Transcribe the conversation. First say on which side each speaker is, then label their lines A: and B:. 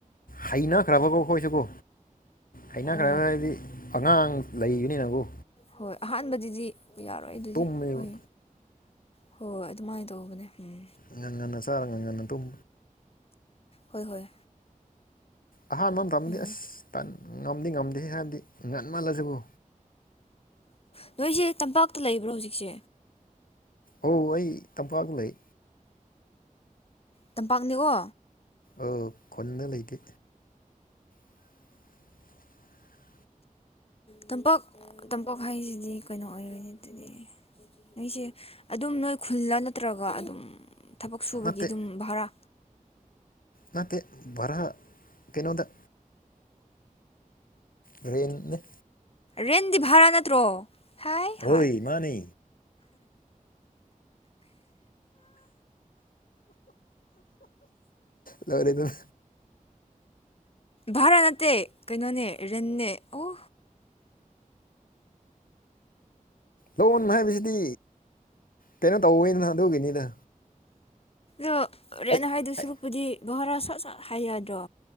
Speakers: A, on the left; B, on the left.
A: ꯍꯩꯅꯈ꯭ꯔꯕꯀꯣ ꯑꯩꯈꯣꯏꯁꯨꯀꯣ ꯍꯩꯅꯈ꯭ꯔꯕ
B: ꯑꯣ
A: ꯍꯥꯏꯗꯤ꯫ ꯑꯉꯥꯡ ꯂꯩꯕꯅꯤꯅꯕꯨ꯫
B: ꯍꯣꯏ ꯑꯍꯥꯟꯕꯗꯨꯗꯤ ꯌꯥꯔꯣꯏ ꯑꯗꯨꯗꯤ
A: ꯇꯨꯝꯃꯦꯕ
B: ꯍꯣꯏ꯫ ꯍꯣꯏ ꯑꯗꯨꯃꯥꯏꯅ ꯇꯧꯕꯅꯦ ꯎꯝ꯫
A: ꯉꯟ ꯉꯟꯅ ꯆꯥꯔ ꯉꯪ ꯉꯟꯅ ꯇꯨꯝ꯫
B: ꯍꯣꯏ ꯍꯣꯏ꯫
A: ꯑꯍꯥꯟꯕ ꯃꯇꯝꯗꯤ
B: ꯎꯝ
A: ꯑꯁ ꯉꯝꯗꯤ ꯉꯝꯗꯦ ꯍꯥꯏꯕꯗꯤ ꯉꯟꯃꯜꯂꯁꯤꯀꯣ꯫
B: ꯑ ꯅꯣꯏꯁꯦ ꯇꯝꯄꯥꯛꯇ ꯂꯩꯕ꯭ꯔꯣ ꯍꯧꯖꯤꯛꯁꯦ꯫
A: ꯑꯣ ꯑꯩ ꯇꯝꯄꯥꯛ ꯂꯩ꯫
B: ꯇꯝꯄꯥꯛꯅꯤꯀꯣ꯫
A: ꯑ ꯈꯨꯟꯗ ꯂꯩꯇꯦ꯫ <inaudible>
B: ꯇꯝꯄꯥꯛ ꯇꯝꯄꯥꯛ ꯍꯥꯏꯁꯤꯗꯤ ꯀꯩꯅꯣ ꯑꯣꯏꯔꯅꯤ ꯑꯗꯨꯗꯤ꯫ ꯅꯣꯏꯁꯦ ꯑꯗꯨꯝ ꯅꯣꯏ ꯈꯨꯜꯂ ꯅꯠꯇ꯭ꯔꯒ ꯑꯗꯨꯝ ꯊꯕꯛ ꯁꯨꯕꯒꯤ
A: ꯅꯠꯇꯦ
B: ꯑꯗꯨꯝ ꯚꯔꯥ꯫
A: ꯅꯠꯇꯦ ꯚꯔ ꯀꯩꯅꯣꯗ꯫ ꯔꯦꯟꯅꯦ꯫
B: ꯔꯦꯟꯗꯤ ꯚꯔꯥ ꯅꯠꯇ꯭ꯔꯣ ꯍꯥꯏ
A: ꯍꯣꯏ
B: ꯍꯥꯏ꯫
A: ꯃꯥꯅꯤ ꯂꯣꯢꯔꯦ ꯂꯣꯏꯔꯦ ꯫
B: ꯕꯔꯥ ꯅꯠꯇꯦ ꯀꯩꯅꯣꯅꯦ ꯔꯦꯟꯅꯦ ꯑꯣ
A: ꯂꯣꯟ ꯍꯥꯏꯕꯁꯤꯗꯤ ꯀꯩꯅꯣ ꯇꯧꯋꯦꯗꯅ ꯑꯗꯨꯒꯤꯅꯤꯗ
B: ꯑꯗꯣ ꯔꯦꯟ
A: ꯑꯩ
B: ꯍꯥꯏꯗꯣꯏ
A: ꯑꯩ
B: ꯁꯨꯔꯨꯛꯄꯨꯗꯤ ꯕꯥꯔꯥ ꯁꯠ ꯁꯠ ꯍꯥꯏ ꯌꯥꯗ꯭ꯔꯣ